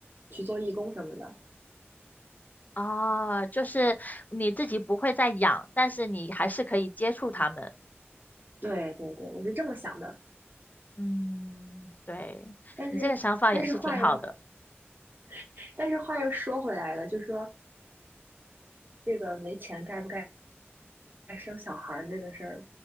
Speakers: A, on the right (about 50°); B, on the left (about 40°).
A: 去做义工什么的。
B: 啊，就是你自己不会再养，但是你还是可以接触他们。
A: 对对对，我是这么想的。
B: 嗯，对，
A: 但是但是话又
B: 你这个想法也是挺好的。
A: <laughs> 但是话又说回来了，就是说这个没钱该不该生小孩儿这个事儿，